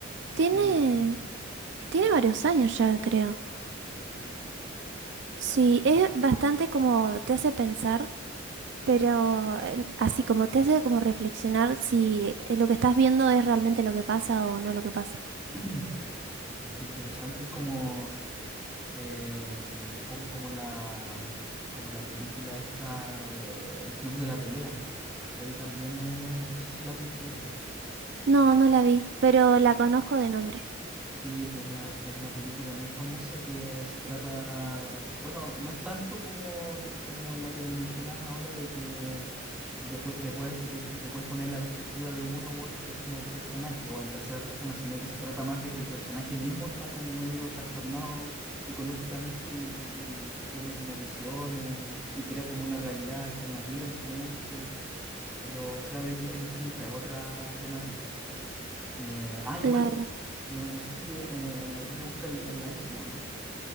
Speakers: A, in the centre; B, on the right.
A: antigua,
B: tiene,
A: nueva?
B: tiene varios años ya, creo. Sí,
A: Mm.
B: es bastante como te hace pensar, pero eh, así como te hace como reflexionar si eh, lo que estás viendo es realmente lo que pasa o no lo que pasa.
A: <clears throat> Qué interesante. Es como eh, un poco como la, como la película esta, eh, El Club de la Pelea. Y ahí también, eh, no sé si la has visto esa.
B: No, no la vi, pero la conozco de nombre.
A: Sí, es una, es una película muy famosa que se trata, bueno, no es tanto como, como la que me mencionas ahora de que de, te pue- de pue- de que te puedes poner en la perspectiva de uno u otro per- como personaje o en tercera persona, sino que se trata más de que el personaje mismo está como medio trastornado psicológicamente y, y tiene como visiones y crea como una realidad alternativa en su mente, pero claro, es, di- es distinta, es otra temática. Eh, ah, igual,
B: Claro.
A: no, no sé si eh, a ti te gusta el, el anime o no.